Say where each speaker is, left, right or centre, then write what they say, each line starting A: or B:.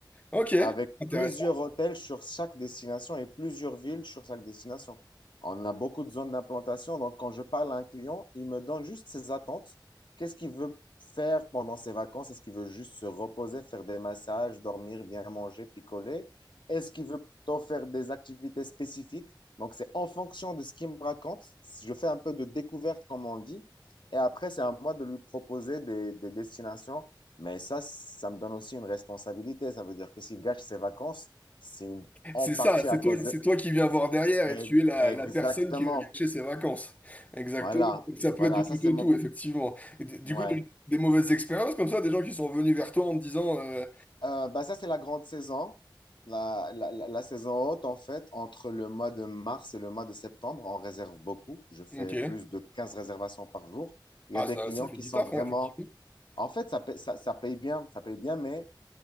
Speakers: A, on the left; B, on the left.
A: Ok,
B: avec
A: intéressant.
B: plusieurs hôtels sur chaque destination et plusieurs villes sur chaque destination. On a beaucoup de zones d'implantation, donc quand je parle à un client, il me donne juste ses attentes. Qu'est-ce qu'il veut faire pendant ses vacances? Est-ce qu'il veut juste se reposer, faire des massages, dormir, bien manger, picoler? Est-ce qu'il veut plutôt faire des activités spécifiques? Donc c'est en fonction de ce qu'il me raconte. Je fais un peu de découverte, comme on dit. Et après, c'est à moi de lui proposer des, des destinations mais ça, ça me donne aussi une responsabilité. Ça veut dire que s'il gâche ses vacances, c'est une- en
A: C'est
B: partie
A: ça, c'est
B: à cause
A: toi,
B: de...
A: c'est toi qui viens voir derrière
B: Eh,
A: et tu es la,
B: Exactement.
A: la personne qui lui a gâché ses vacances. Exactement.
B: Voilà.
A: Donc, Ça peut
B: Voilà.
A: être du tout
B: Ça, c'est
A: au
B: mon...
A: tout, effectivement. Et d- du
B: Ouais.
A: coup, tu as eu des mauvaises expériences comme ça, des gens qui sont venus vers toi en te disant euh,
B: Euh, bah, ça, c'est la grande saison. La, la, la, la saison haute, en fait, entre le mois de mars et le mois de septembre, on réserve beaucoup. Je fais
A: Ok,
B: plus de 15 réservations par jour. Il
A: ah,
B: y a des
A: ça,
B: clients
A: ça fait
B: qui
A: du
B: sont
A: taf,
B: vraiment...
A: hein, effectivement.
B: En fait, ça paye, ça, ça paye bien. Ça paye bien, mais